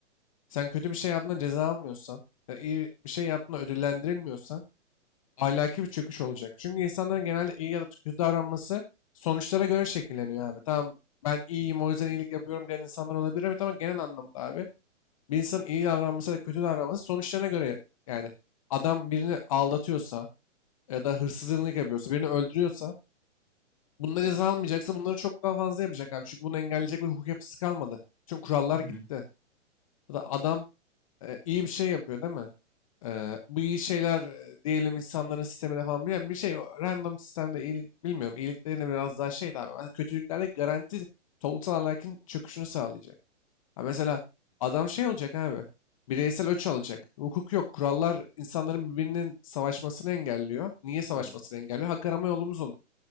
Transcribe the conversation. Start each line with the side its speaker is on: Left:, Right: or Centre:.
Left: Sen kötü bir şey yaptığında ceza almıyorsan, ya iyi bir şey yaptığında ödüllendirilmiyorsan ahlaki bir çöküş olacak. Çünkü insanların genelde iyi ya da kötü davranması sonuçlara göre şekilleniyor abi. Tamam ben iyiyim o yüzden iyilik yapıyorum diyen insanlar olabilir evet ama tamam, genel anlamda abi bir insanın iyi davranması ya da kötü davranması sonuçlarına göre yani adam birini aldatıyorsa ya da hırsızlık yapıyorsa birini öldürüyorsa bunda ceza almayacaksa bunları çok daha fazla yapacak abi. Çünkü bunu engelleyecek bir hukuk yapısı kalmadı. Çünkü kurallar
Centre: Hı
Left: gitti.
Centre: hı.
Left: Ya da adam e, iyi bir şey yapıyor değil mi? Eee, bu iyi şeyler eee, diyelim insanların sistemine falan bir, bir şey o random sistemde iyilik bilmiyorum iyiliklerine biraz daha şey abi. Ama Kötülüklerde garanti toplumsal ahlakın çöküşünü sağlayacak. Ha mesela adam şey olacak abi bireysel öç alacak. Hukuk yok kurallar insanların birbirinin savaşmasını engelliyor. Niye savaşmasını
Centre: Tabii.
Left: engelliyor? Hak arama yolumuz oluyor.